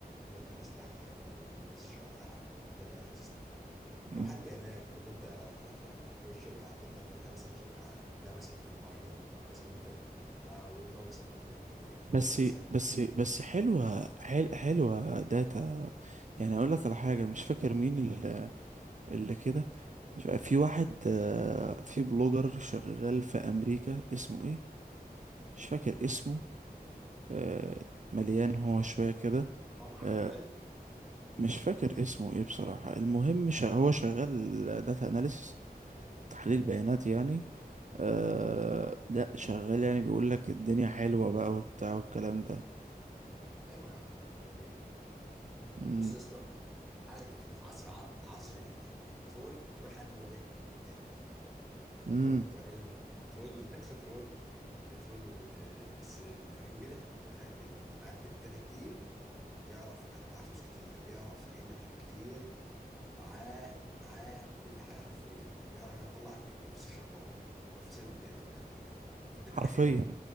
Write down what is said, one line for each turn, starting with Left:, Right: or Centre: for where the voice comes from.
Centre: داتا اناليست دي حاجه بقى دي اللي لسه شغال عليها حالا داتا اناليست كمحلل
Right: آه.
Centre: بيانات اللي انت ايه الشركه عندها بيانات يعني مثلا شركه ع- بتبيع مثلا منتج معين او كذا منتج او بتبيعوا مثلا بكميات كميات
Right: بس
Centre: مثلا
Right: بس بس حلوة حل حلوة داتا يعني اقول لك على حاجة مش فاكر مين اللي, اللي كده في واحد آه، في بلوجر شغال في امريكا اسمه ايه مش فاكر اسمه آه، مليان هو شوية كده
Centre: اه محمد
Right: آه،
Centre: جمال
Right: مش فاكر اسمه ايه بصراحة المهم شا- هو شغال داتا اناليسس تحليل بيانات يعني آه، لا شغال يعني بيقول لك الدنيا حلوة بقى وبتاع والكلام ده
Centre: ايوه يا عم امال ايه
Right: امم
Centre: بص يا اسطى حالا اللي احنا في عصر ع- عصر ال- ال- البترول البترول حالا هو ايه الداتا مش كمبيوتر
Right: امم
Centre: كمبيوتر قوي زي ما قلت. بترول <laughs> بترول ترول ال- ال- الس- الخليج وكده احنا بتروح حامل الداتا اللي معاه داتا داتا كتير يعرف مع- معاه فلوس كتير يعرف يحل مشاكل كتير معاه معاه كل حاجه حرفيا يعرف يطلع من من فسيخ شربات هو الفسيخ الداتا الداتا
Right: حرفيا
Centre: الخام